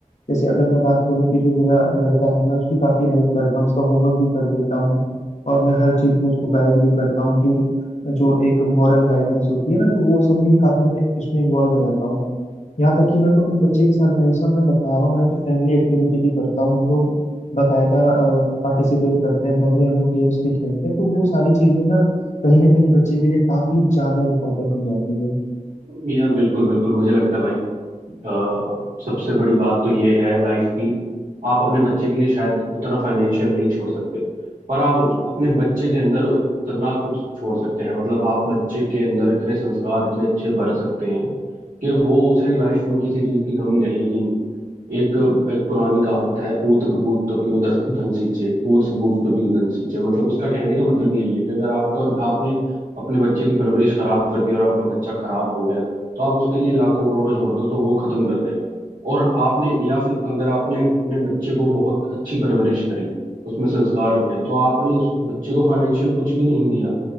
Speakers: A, on the left; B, on the right.
A: जैसे अगर मैं बात करूं कि जो मेरा लड़का है मैं उसकी काफी हेल्प करता हूँ उसका होमवर्क भी कर देता हूँ और मैं हर चीज में उसको गाइड भी करता हूँ कि जो एक मॉरल गाइडेंस होती है ना तो वो सब भी काफी मैं इसमें इन्वॉल्व रहता हूँ यहाँ तक कि मैं तो अपने बच्चे के साथ भाई साहब मैं बता रहा हूँ मैं तो फ्रेंडली एक्टिविटी भी करता हूँ हम लोग बाकायदा पार्टिसिपेट करते हैं घर में हम लोग गेम्स भी खेलते हैं तो वो सारी चीजें ना कहीं ना कहीं बच्चे के लिए काफी ज्यादा इंपॉर्टेंट हो जाती है
B: है यार बिल्कुल बिल्कुल मुझे लगता है भाई अ, सबसे बड़ी बात तो ये है लाइफ की आप अपने बच्चे के लिए शायद उतना फाइनेंशियल नहीं छोड़ सकते पर आप उस- अपने बच्चे के अंदर उतना कुछ छोड़ सकते हैं मतलब आप बच्चे के अंदर इतने संस्कार इतने अच्छे भर सकते हैं कि वो उसे लाइफ में किसी चीज की कमी रहेगी नहीं एक एक पुरानी कहावत है पूत कपूत तो क्यों धर- धन सींचे पूत सबूत तो क्यों धन सींचे मतलब उसका कहने का मतलब यही है कि अगर आपको आपने अपने बच्चे की परवरिश खराब कर दी और आपका बच्चा खराब हो गया तो आप उसके लिए लाखों करोड़ों छोड़ दो तो वो खत्म कर देगा और आपने या फिर अगर आपने अपने बच्चे को बहुत अच्छी परवरिश करी उसमें संस्कार भरे तो आपने उस बच्चे को फाइनेंशियल कुछ भी नहीं दिया